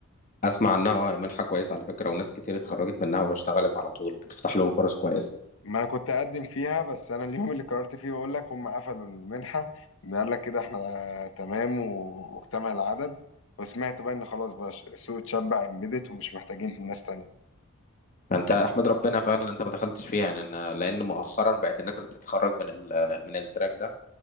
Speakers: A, on the left; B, on the left.
A: اسمع عنها منحه كويسه على فكره وناس كتير اتخرجت منها واشتغلت على طول بتفتح لهم فرص كويسه
B: ما أنا كنت أقدم فيها بس أنا اليوم اللي قررت فيه بقول لك هم قفلوا المنحة قال لك كده إحنا تمام و- واكتمل العدد وسمعت بقى إن خلاص بقى ش- السوق اتشبع إمبيدد ومش محتاجين ناس تانية
A: انت احمد ربنا فعلا انت ما دخلتش فيها يعني أنا- لان مؤخرا بقت الناس اللي بتتخرج من ال... من التراك ده